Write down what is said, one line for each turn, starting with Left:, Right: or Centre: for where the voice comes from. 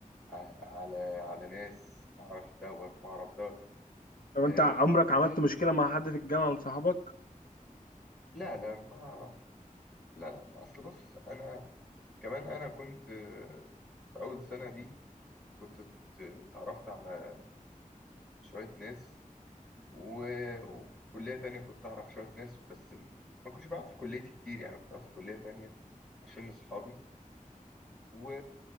Centre: على على ناس أعرف دوت وأعرف دوت
Left: طب
Centre: إيه
Left: انت عمرك عملت مشكلة مع حد في الجامعة من صحابك؟
Centre: لا لا ما لا لا ما أصل بص أنا كمان أنا كنت آه، في أول سنة دي كنت ات- اتعرفت على شوية ناس و... وفي كلية تانية كنت أعرف شوية ناس بس ما كنتش بقعد في كليتي كتير يعني كنت بقعد في كلية تانية عشان أصحابي و